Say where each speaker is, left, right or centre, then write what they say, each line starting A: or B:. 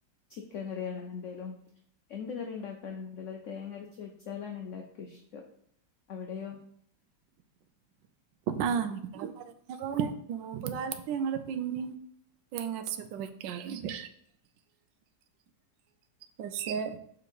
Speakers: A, on the left (about 70°); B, on the right (about 85°).
A: ചിക്കൻ കറിയ ആണെന്നുണ്ടെങ്കിലും എന്ത് കറി ഉണ്ടാക്കുകയാണെന്നുണ്ടെങ്കിലും അത് തേങ്ങരച്ച് വച്ചാലാണ് എല്ലാർക്കും ഇഷ്ടം അവിടെയോ?
B: ആഹ് നിങ്ങള് പറഞ്ഞ പോലെ നോമ്പുകാലത്ത് ഞങ്ങള് പിന്നെയും തേങ്ങരച്ചൊക്കെ വെക്കാറുണ്ട്. പക്ഷേ